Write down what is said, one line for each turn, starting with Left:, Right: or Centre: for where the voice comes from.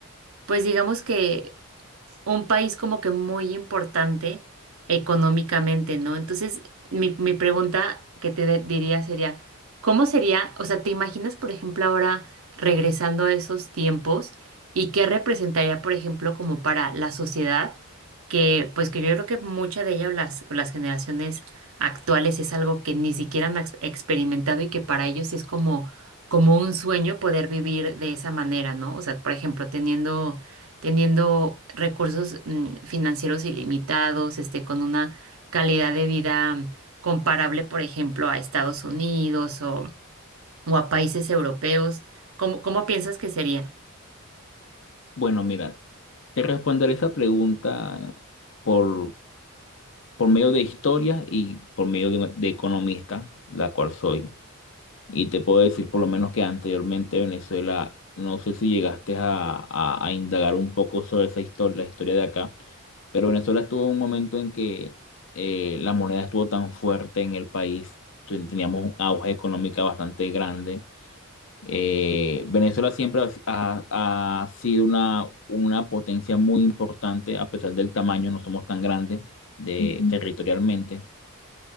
Right: pues digamos que un país como que muy importante económicamente, ¿no? Entonces, mi, mi pregunta que te de- diría sería, ¿cómo sería, o sea, te imaginas, por ejemplo, ahora regresando a esos tiempos y qué representaría, por ejemplo, como para la sociedad, que pues que yo creo que mucha de ella o las, o las generaciones actuales es algo que ni siquiera han ex- experimentado y que para ellos es como, como un sueño poder vivir de esa manera, ¿no? O sea, por ejemplo, teniendo teniendo recursos mm, financieros ilimitados, este, con una calidad de vida comparable, por ejemplo, a Estados Unidos o, o a países europeos. ¿Cómo, cómo piensas que sería?
Left: Bueno, mira, te responderé esa pregunta por, por medio de historia y por medio de, de economista, la cual soy. Y te puedo decir por lo menos que anteriormente Venezuela, no sé si llegaste a, a- a indagar un poco sobre esa historia, la historia de acá, pero Venezuela estuvo en un momento en que eh, la moneda estuvo tan fuerte en el país, ten- teníamos un auge económica bastante grande. Eh, Venezuela siempre ha, ha- ha sido una, una potencia muy importante, a pesar del tamaño, no somos tan grandes de, Ujú. territorialmente.